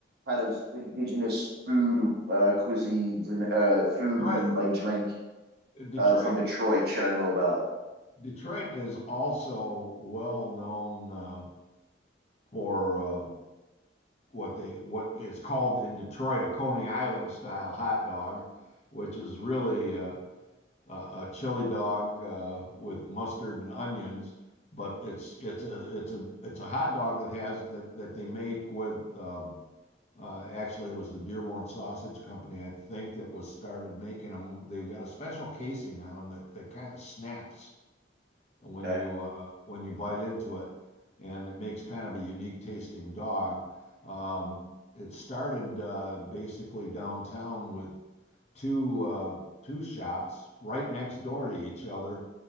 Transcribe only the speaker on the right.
kind of indigenous food uh cuisines and uh food
and like drink
uh from Detroit should I know about?
Okay.